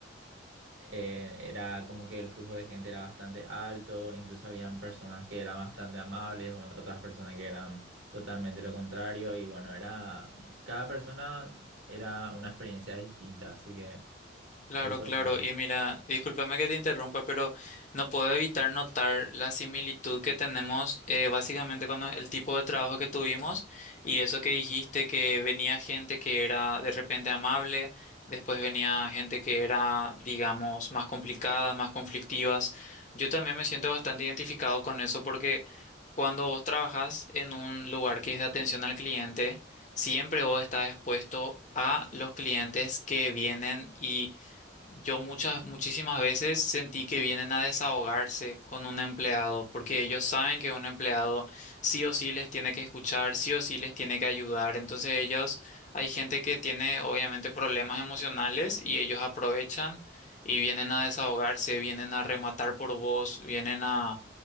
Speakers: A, on the right (about 75°); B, on the left (about 40°).
A: eh, era como que el flujo de gente era bastante alto, incluso habían personas que eran bastante amables, o- otras personas que eran totalmente lo contrario, y bueno, era, cada persona era una experiencia distinta, así que
B: Claro,
A: eso
B: claro.
A: fue.
B: Y mira, discúlpame que te interrumpa, pero no puedo evitar notar la similitud que tenemos eh, básicamente con el tipo de trabajo que tuvimos y eso que dijiste que venía gente que era de repente amable, después venía gente que era, digamos, más complicada, más conflictivas. Yo también me siento bastante identificado con eso porque cuando vos trabajas en un lugar que es de atención al cliente, siempre vos estás expuesto a los clientes que vienen y yo muchas, muchísimas veces sentí que vienen a desahogarse con un empleado, porque ellos saben que un empleado sí o sí les tiene que escuchar, sí o sí les tiene que ayudar. Entonces ellos, hay gente que tiene obviamente problemas emocionales y ellos aprovechan y vienen a desahogarse, vienen a rematar por vos, vienen a,